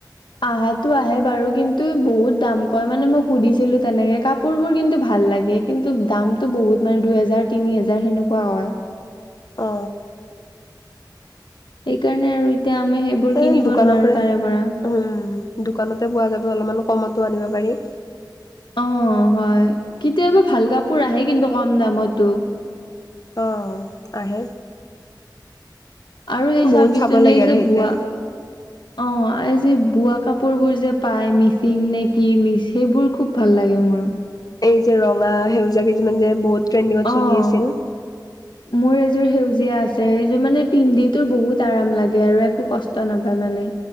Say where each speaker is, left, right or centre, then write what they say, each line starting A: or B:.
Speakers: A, on the left; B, on the left.
A: আহাতো আহে বাৰু কিন্তু বহুত দাম কয় মানে মই সুধিছিলোঁ তেনেকে কাপোৰ বোৰ কিন্তু ভাল লাগে। কিন্তু দামটো বহুত মানে দুই হেজাৰ তিনি হেজাৰ সেনেকুৱা হয়।
B: অ
A: সেইকাৰণে আৰু এতিয়া আমি সেইবোৰ
B: এ
A: কিনিব
B: দোকানৰ
A: নোৱাৰো তাৰে পৰা
B: উম দোকানতে পোৱা যাব অলপমান কমতো আনিব পাৰি
A: অ হয় কেতিয়াবা ভাল কাপোৰ আহে কিন্তু কম দামতো
B: অ হয় আহে
A: আৰু সেই
B: বহুত
A: চাব্বিছ
B: চাব
A: জনেই
B: লাগে আৰু
A: যে
B: সেইটোৱে
A: ভুৱা অ এই যে বোৱা কাপোৰ বোৰ যে পাই মিচিং নে কি মিচ সেইবোৰ খুব ভাল লাগে মোৰ
B: এই যে ৰঙা সেউজীয়া কেইযোমান যে বহুত ট্ৰেণ্ডিঙত
A: অ
B: চলি আছিল।
A: মোৰ এযোৰ সেউজীয়া আছে সেইযোৰ মানে পিণ্ডি, তোৰ বহুত আৰাম লাগে আৰু একো কষ্ট নাপায় মানে